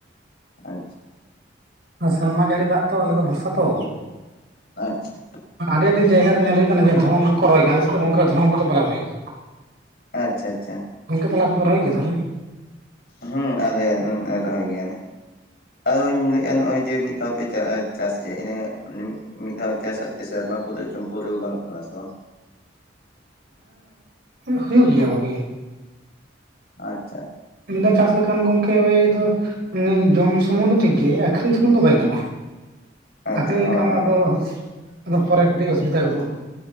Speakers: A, on the left (about 55°); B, on the right (about 55°).
A: ᱟᱪᱪᱷᱟ,
B: ᱥᱮᱨᱢᱟ ᱡᱟᱹᱲᱤ ᱫᱟᱜ ᱛᱚ ᱟᱞᱮ ᱫᱚ ᱵᱷᱚᱨᱥᱟ ᱛᱚ᱾
A: ᱟᱪᱪᱷᱟ
B: ᱟᱹᱰᱤ ᱟᱹᱰᱤ ᱡᱟᱭᱜᱟ ᱨᱮ ᱧᱮᱞ ᱦᱩᱭᱟ ᱠᱟᱱᱟ ᱡᱮ ᱫᱷᱚᱨᱚᱱ ᱠᱚ ᱨᱚᱦᱚᱭ ᱜᱮᱭᱟ᱾ ᱟᱞᱮ ᱥᱮᱫ ᱫᱚ ᱜᱚᱢᱠᱮ ᱫᱷᱚᱨᱚᱱ ᱠᱚᱫᱚ ᱵᱟᱞᱮ ᱨᱚᱦᱚᱭ ᱜᱮᱭᱟ᱾
A: ᱟᱪᱪᱷᱟ ᱟᱪᱪᱷᱟ
B: ᱜᱚᱢᱠᱮ ᱛᱟᱞᱮ ᱟᱯᱮ ᱯᱮ ᱨᱚᱦᱚᱭ ᱜᱮᱭᱟ ᱫᱷᱚᱨᱚᱱ?
A: ᱦᱮᱸ ᱟᱞᱮ ᱨᱚᱦᱚᱭ ᱜᱮᱭᱟ ᱞᱮ ᱟᱫᱚᱧ ᱞᱟᱹᱭᱮᱜᱼᱟ ᱱᱚᱜᱼᱚᱭ ᱡᱮ ᱢᱤᱫ ᱛᱚᱯᱮ ᱪᱟᱥᱮᱫᱼᱟ, ᱤᱱᱟᱹ ᱢᱤᱫ ᱫᱷᱟᱣ ᱪᱟᱥᱟᱜ ᱛᱮ ᱥᱮᱨᱢᱟ ᱠᱚᱫᱚ ᱡᱚᱢ ᱯᱩᱨᱟᱹᱣ ᱜᱟᱱᱚᱜ ᱠᱟᱱᱟ ᱥᱮ ᱵᱟᱝ?
B: ᱦᱮᱸ ᱦᱩᱭᱩᱜ ᱜᱮᱭᱟ ᱵᱷᱟᱜᱮ᱾
A: ᱟᱪᱪᱷᱟ
B: ᱢᱤᱫ ᱛᱷᱟᱭ ᱪᱟᱥ ᱞᱮᱠᱷᱟᱱ ᱜᱚᱢᱠᱮ ᱳᱭ ᱫᱚ ᱩᱱᱤ ᱡᱚᱢ ᱥᱩᱢᱩᱝ ᱫᱚ ᱴᱷᱤᱠ ᱜᱮᱭᱟ᱾ ᱟᱠᱷᱨᱤᱧ ᱥᱩᱢᱩᱝ ᱫᱚ ᱵᱟᱭ ᱜᱟᱱᱚᱜᱼᱟ᱾
A: ᱟᱪᱪᱷᱟ
B: ᱟᱠᱷᱨᱤᱧ ᱞᱮᱠᱷᱟᱱ
A: ᱦᱳᱭ
B: ᱢᱟ
A: ᱦᱳᱭ
B: ᱟᱫᱚ ᱫᱚ ᱯᱚᱨᱮ ᱠᱟᱹᱴᱤᱡ ᱚᱥᱩᱵᱤᱫᱷᱟ ᱜᱚᱫᱚᱜᱼᱟ᱾